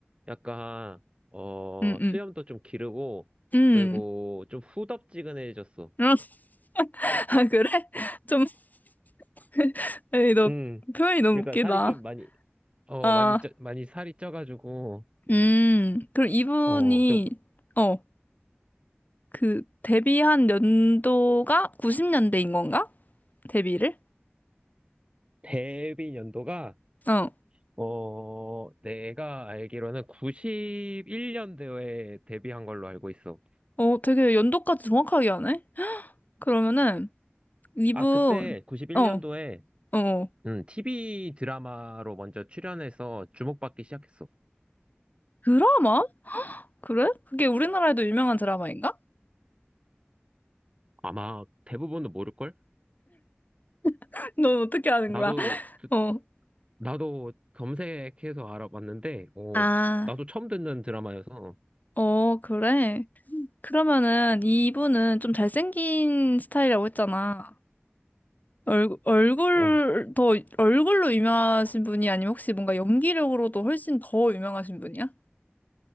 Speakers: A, on the right (about 25°); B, on the left (about 45°).
A: 약간, 어,
B: 응, 응,
A: 수염도 좀 기르고,
B: 응.
A: 그리고 좀 후덥지근해졌어.
B: 응. <laughs> 아, 그래? <laughs> 좀, <laughs> 에이, 너
A: 음,
B: 표현이 너무
A: 그러니까
B: 웃기다.
A: 살이 좀 많이, 어,
B: 아,
A: 많이 쪄, 많이 살이 쪄가지고,
B: 음, 그럼 이분이,
A: 어, 좀
B: 어. 그 데뷔한 연도가 90년대인 건가? 데뷔를?
A: 데뷔 연도가,
B: 어.
A: 어, 내가 알기로는 91년도에 데뷔한 걸로 알고 있어.
B: 어, 되게 연도까지 정확하게 하네. 그러면은 이분
A: 아, 그때 91년도에
B: 어, 어. 어.
A: 응, TV 드라마로 먼저 출연해서 주목받기 시작했어.
B: 드라마? 그래? 그게 우리나라에도 유명한 드라마인가?
A: 아마 대부분도 모를걸?
B: <laughs> 넌 어떻게 아는
A: 나도,
B: 거야?
A: 듣-
B: 어.
A: 나도 검색해서 알아봤는데, 어,
B: 아.
A: 나도 처음 듣는 드라마여서,
B: 어, 그래. 그러면은 이분은 좀 잘생긴 스타일이라고 했잖아. 얼굴, 얼굴,
A: 어,
B: 더, 얼굴로 유명하신 분이 아니면 혹시 뭔가 연기력으로도 훨씬 더 유명하신 분이야?